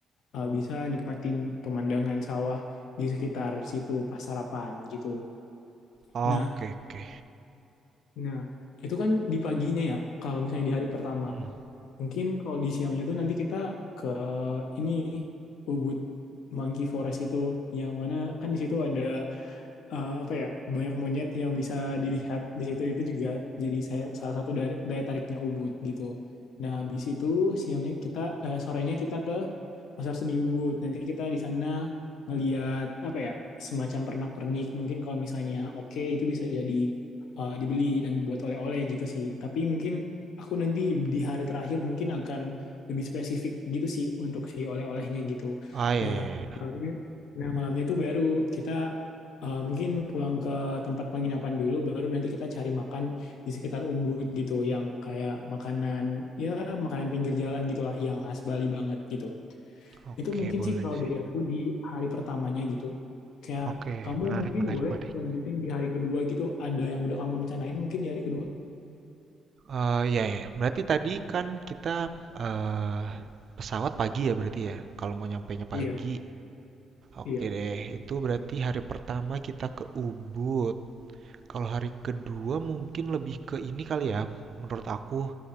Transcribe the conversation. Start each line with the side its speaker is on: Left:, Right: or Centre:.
Left: eh, bisa nikmatin pemandangan sawah di sekitar situ pas sarapan gitu.
Right: Oke,
Left: Nah,
Right: oke.
Left: nah itu kan di paginya ya. Kalau misalnya di hari pertama,
Right: Mm.
Left: mungkin kalau di siangnya tuh nanti kita ke ini Ubud Monkey Forest itu, yang mana kan di situ ada eh, apa ya banyak monyet yang bisa dilihat di situ itu juga jadi saya salah satu dari daya tariknya Ubud gitu. Nah, habis itu siangnya kita eh, sorenya kita ke Pasar Seni Ubud. Nanti kita di sana ngeliat apa ya semacam pernak-pernik. Mungkin kalau misalnya oke itu bisa jadi eh, dibeli dan buat oleh-oleh gitu sih. Tapi mungkin aku nanti di hari terakhir mungkin akan lebih spesifik gitu sih untuk si oleh-olehnya gitu.
Right: Ah, iya,
Left: Nah,
Right: iya, iya.
Left: Iya. Nah, malamnya itu baru kita uh, mungkin pulang ke tempat penginapan dulu, baru nanti kita cari makan di sekitar Ubud gitu, yang kayak makanan, ya makanan pinggir jalan gitulah, yang khas Bali banget gitu.
Right: Oke,
Left: Itu mungkin
Right: boleh
Left: sih kalau
Right: sih.
Left: dari aku di hari pertamanya gitu. Kayak
Right: Oke,
Left: kamu
Right: menarik,
Left: mungkin
Right: menarik,
Left: boleh
Right: menarik.
Left: lanjutin di hari kedua gitu, ada yang udah kamu rencanain mungkin di hari kedua.
Right: Eh, iya, iya. Berarti tadi kan kita eh pesawat pagi ya berarti ya. Kalau mau nyampainya
Left: Iya,
Right: pagi. Oke
Left: iya.
Right: deh, itu berarti hari pertama kita ke Ubud. Kalau hari kedua mungkin lebih ke ini kali ya, menurut aku